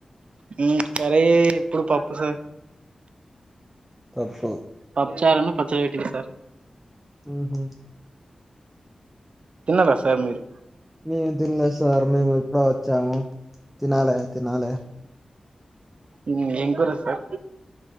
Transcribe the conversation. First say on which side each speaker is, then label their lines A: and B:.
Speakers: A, on the right; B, in the centre.
A: మ్మ్ కర్రీ ఇప్పుడు పప్పు సార్
B: పప్పు
A: పప్పుచారును పచ్చడి పెట్టిండ్రు సార్
B: మ్ హు
A: తిన్నరా సార్ మీరు
B: మేము తినలేదు సార్ మేము ఇప్పుడే వచ్చాము. తినాలే తినాలే
A: మీది ఏం కూర సార్